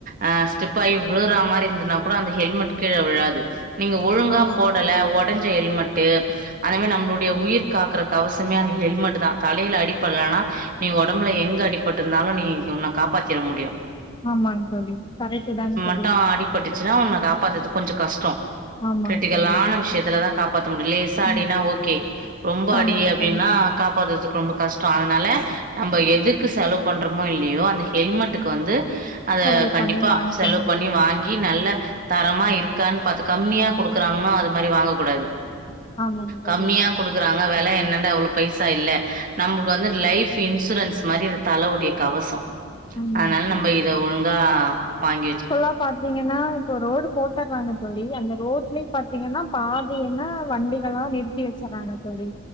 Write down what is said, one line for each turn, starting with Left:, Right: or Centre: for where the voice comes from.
Right: ஆ ஸ்டெப் ஆயி விழுற மாரி இருந்தனா கூட அந்த ஹெல்மெட் கீழ விழாது நீங்க ஒழுங்கா
Left: ஆமாங்க
Right: போடல ஒடஞ்சு ஹெல்மெட்டு அந்த மாரி நம்ளுடைய உயிர் காக்குற கவசமே அந்த ஹெல்மெட் தா தலையில அடிபட்லனா நீ ஒடம்புல எங்க அடிபட்ருந்தாலும் நீ உன்ன காப்பாத்திற முடியும்
Left: ஆமாங் தொழி கரட்டு தாங்க
Right: மும்
Left: தோழி
Right: அடிட்டுச்சுன்னா உன்ன காப்பாத்றது கொஞ்சொ கஷ்டம்
Left: ஆமாங்க
Right: கிரடிகலான
Left: தோழி
Right: விஷயத்துல தா காப்பாத்த முடியு லேசா அடின்னா
Left: ம்
Right: ஓகே ரொம்ப
Left: ஆமாங்க
Right: அடி அப்டின்னா
Left: தோழி
Right: காப் போறதுக்கு ரொம்ப கஷ்டோ அதனால நம்ம எதுக்கு செலவ் பண்றோமோ இல்லையோ அந்த ஹெல்மெட்டுக்கு வந்து அத
Left: செலவு
Right: கண்டிப்பா
Left: பண்ணி வாங்க்கனு
Right: செலவு பண்ணி வாங்கி நல்ல தரமா இருக்கான் பாத்து கம்மியா குடுக்குறாங்ன்னா அது மாரி வாங்க கூடாது
Left: ஆமாங்க தோழி
Right: கம்மியா குடுக்குறாங்க வெல என்னான்டா அவ்ளோ பைசா இல்ல நம்மளுக்கு வந்து லைஃப் இன்சூரன்ஸ் மாரி இந்த தலவுடைய கவச
Left: ஆமாங்க
Right: அதனால
Left: தோழி
Right: நம்ம இத ஒழுங் ஆ வாங்
Left: இப்பல்லா பாத்தீங்கன்னா இப்ப ரோடு போட்டர்றாங்க தோழி அந்த ரோட்லயு பாத்தீங்கன்னா பாதியென வண்டிகளா நிறுத்தி வச்சர்றாங்க ழி